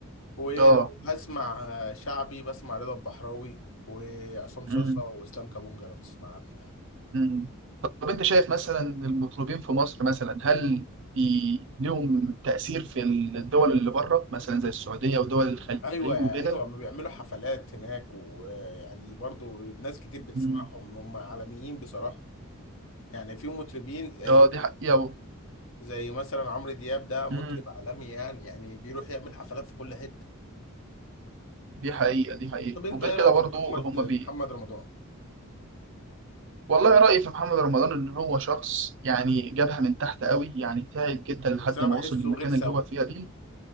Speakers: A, on the left; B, on the right.
A: ولو
B: اه
A: هسمع شعبي بسمع رضا البحراوي وعصام
B: مم.
A: صاصا واسلام كابونجا لو تسمع عنه يعني
B: مم. طب انت شايف مثلا المطربين في مصر مثلا هل في- لهم تأثير في الدول اللي بره مثلا زي السعودية ودول الخليج
A: ايوه
B: وكده؟
A: ايوه ما بيعملوا حفلات هناك ويعني برضو ناس كتير بتسمعهم
B: مم.
A: هم عالميين بصراحه يعني في مطربين آه،
B: اه دي حقيقة و-
A: زي مثلا عمرو دياب ده مطرب
B: مم.
A: عالمي يعني يعني بيروح يعمل حفلات في كل حتة
B: دي حقيقة دي حقيقة
A: طب انت
B: وغير
A: ايه
B: كده
A: رأيك
B: برضو
A: في محمد
B: هم
A: محمد
B: بي
A: رمضان
B: والله رأيي في محمد رمضان ان هو شخص يعني جابها من تحت قوي يعني تعب جدا لحد
A: بس انا
B: ما
A: بحسه
B: وصل للمكان
A: غير سوي
B: اللي هو فيها دي